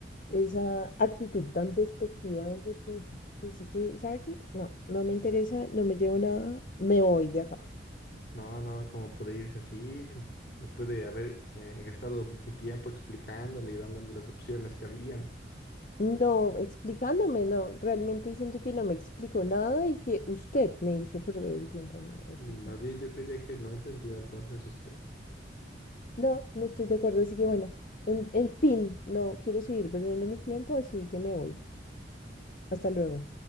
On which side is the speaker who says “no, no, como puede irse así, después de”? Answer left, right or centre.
Left